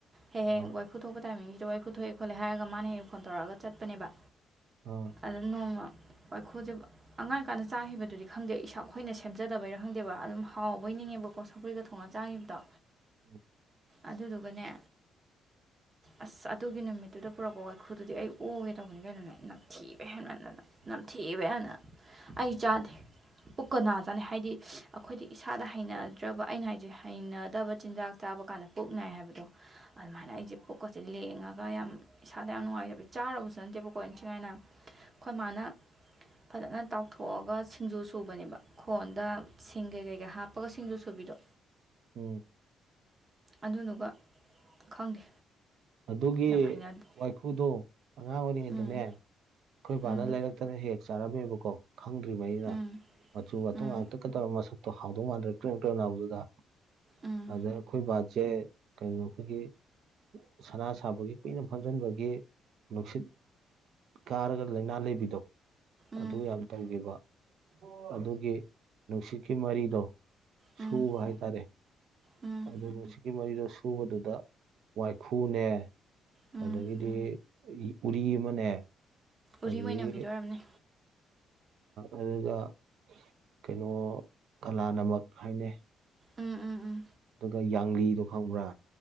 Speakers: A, on the right; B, on the right.
A: ꯍꯌꯦ
B: ꯑꯥ
A: ꯍꯌꯦꯡ ꯐꯨꯊꯣꯛꯄ ꯇꯥꯏꯃꯤꯡꯁꯤꯗ ꯋꯥ ꯐꯨꯊꯣꯛꯑꯦ ꯈꯣꯠꯂꯦ ꯍꯥꯏꯔꯒ ꯃꯥꯅ ꯍꯦꯛꯡ ꯐꯣꯟ ꯇꯧꯔꯑꯒ ꯆꯠꯄꯅꯦꯕ
B: ꯑꯣ
A: ꯑꯗꯨꯗ ꯅꯣꯡꯃ ꯋꯥꯏꯈꯨꯖꯦ ꯑꯉꯥꯡ ꯀꯥꯟꯗ ꯆꯥꯈꯤꯕꯗꯨꯗꯤ ꯈꯪꯗꯦ ꯏꯁꯥꯈꯣꯏꯅ ꯁꯦꯝꯖꯗꯕꯩꯥ ꯈꯪꯗꯦꯕ ꯑꯗꯨꯝ ꯍꯥꯎꯕꯩ ꯅꯤꯡꯉꯦꯕ ꯀꯣ ꯁꯧꯀ꯭ꯒ ꯊꯣꯡꯅ ꯆꯥꯡꯉꯕꯗꯣ
B: ꯎꯝ
A: ꯑꯗꯨꯗꯨꯒꯅꯦ
B: <unintelligible>
A: ꯑꯁ ꯑꯗꯨꯒꯤ ꯅꯨꯃꯤꯠꯇꯨꯗ ꯄꯨꯔꯛꯄ ꯋꯥꯏꯈꯨꯗꯨꯗꯤ ꯑꯩ ꯑꯣꯒꯦ ꯇꯧꯕꯅꯤ ꯀꯩꯅꯣꯅꯦ ꯅꯛꯊꯤꯕ ꯍꯦꯟꯃꯟꯗꯅ ꯅꯝꯊꯤꯕ ꯍꯅ ꯑꯩ ꯆꯥꯗꯦ ꯄꯨꯛꯀ ꯅꯥꯖꯥꯅꯩ ꯍꯥꯏꯗꯤ ꯑꯩꯈꯣꯏꯗꯤ ꯏꯁꯥꯗ ꯍꯩꯅꯗ꯭ꯔꯕ ꯑꯩꯅ ꯍꯥꯏꯁꯦ ꯍꯩꯅ ꯐꯠꯇꯕ ꯆꯤꯟꯖꯥꯛ ꯆꯥꯕ ꯀꯥꯟꯗ ꯄꯨꯛꯅꯥꯏ ꯍꯥꯏꯕꯗꯣ ꯑꯗꯨꯃꯥꯏꯅ ꯑꯩꯁꯦ ꯄꯨꯛꯀꯁꯦ ꯂꯦꯡꯉꯒ ꯌꯥꯝ ꯏꯁꯥꯗ ꯌꯥꯝ ꯅꯨꯡꯉꯥꯏꯖꯕ ꯆꯥꯔꯕꯕꯨꯁꯨ ꯅꯠꯇꯦꯕꯀꯣ ꯏꯟꯊꯤꯉꯥꯏꯅ ꯑꯩꯈꯣꯏ ꯃꯥꯅ ꯐꯖꯅ ꯇꯥꯎꯊꯣꯛꯑꯒ ꯁꯤꯡꯖꯨ ꯁꯨꯕꯅꯦꯕ ꯈꯣꯟꯗ ꯁꯤꯡ ꯀꯩ ꯀꯩꯀꯩ ꯍꯥꯞꯄꯒ ꯁꯤꯡꯖꯨ ꯁꯨꯕꯤꯗꯣ
B: ꯑꯣꯝ
A: ꯑꯗꯨꯗꯨꯒ ꯈꯪꯗꯦ
B: ꯑꯗꯨꯒꯤ
A: ꯌꯥꯝ ꯍꯩꯅꯗꯦ
B: ꯋꯥꯏꯈꯨꯗꯣ ꯑꯉꯥꯡ ꯑꯣꯏꯔꯤꯉꯩꯗꯅꯦ
A: ꯎꯝ
B: ꯑꯩꯈꯣꯏ ꯏꯕꯥꯅ
A: ꯎꯝ
B: ꯂꯩꯔꯛꯇꯅ ꯍꯦꯛ ꯆꯥꯔꯝꯃꯦꯕꯀꯣ ꯈꯪꯗ꯭ꯔꯤꯉꯩꯅ
A: ꯎꯝ
B: ꯃꯆꯨ ꯃꯇꯨꯡ
A: ꯎꯝ
B: ꯉꯥꯛꯇꯀ ꯇꯧꯔꯒ ꯃꯁꯛꯇꯣ ꯍꯥꯎꯗꯧ ꯃꯥꯟꯗ꯭ꯔꯦ ꯀ꯭ꯔꯦꯝ ꯀ꯭ꯔꯦꯝ ꯍꯥꯎꯗꯨꯒ
A: ꯎꯝ
B: ꯑꯗꯩ ꯑꯩꯈꯣꯏ ꯕꯥꯁꯦ ꯀꯩꯅꯣ ꯑꯩꯈꯣꯏꯒꯤ ꯁꯅꯥ ꯁꯥꯕꯒꯤ ꯀꯨꯏꯅ ꯐꯝꯖꯤꯟꯕꯒꯤ ꯅꯨꯡꯁꯤꯠ ꯀꯥꯔꯒ ꯂꯥꯏꯅꯥ ꯂꯩꯕꯤꯗꯣ
A: ꯎꯝ
B: ꯑꯗꯨ ꯌꯥꯝ ꯇꯝꯈꯤꯕ ꯑꯗꯨꯒꯤ ꯅꯨꯡꯁꯤꯠꯀꯤ ꯃꯔꯤꯗꯣ
A: ꯎꯝ
B: ꯁꯨꯕ ꯍꯥꯏꯇꯥꯔꯦ
A: ꯎꯝ
B: ꯑꯗꯨꯅ ꯁꯤꯛꯀꯤ ꯃꯔꯤꯗ ꯁꯨꯕꯗꯨꯗ ꯋꯥꯏꯈꯨꯅꯦ
A: ꯎꯝ
B: ꯑꯗꯒꯤꯗꯤ ꯎꯔꯤ ꯑꯃꯅꯦ ꯑꯗꯒꯤ
A: ꯎꯔꯤ ꯃꯣꯏ ꯅꯝꯕꯤꯗꯣ ꯑꯣꯏꯔꯝꯅꯤ
B: ꯑꯗꯨꯒ ꯀꯩꯅꯣ ꯀꯂꯥꯅꯃꯛ ꯍꯥꯏꯅꯦ
A: ꯎꯝ ꯎꯝ ꯎꯝ
B: ꯑꯗꯨꯒ ꯌꯥꯡꯂꯤꯗꯣ ꯈꯪꯕ꯭ꯔꯥ